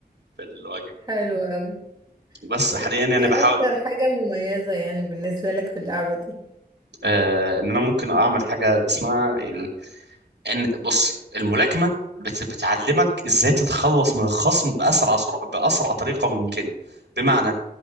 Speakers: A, on the right (about 85°); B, on the right (about 20°).
A: في الوجه
B: حلو قوي
A: بس
B: ايه
A: حاليا يعني
B: إيه
A: بحاول
B: اكتر حاجة مميزة يعني بالنسبة لك في اللعبة دي
A: آه، ان انا ممكن اعمل حاجه اسمها يعني ان بص الملاكمه بت بتعلمك ازاي تتخلص من الخصم باسرع سرعه باسرع طريقه ممكنه بمعنى